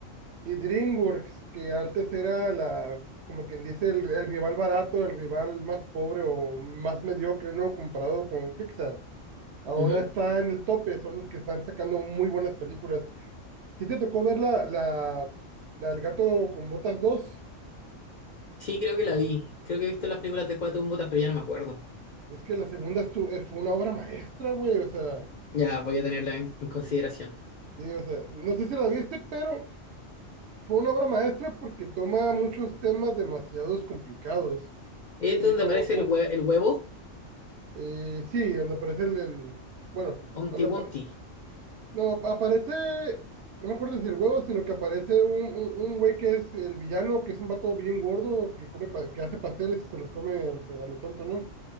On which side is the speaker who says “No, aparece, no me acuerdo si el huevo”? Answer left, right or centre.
Right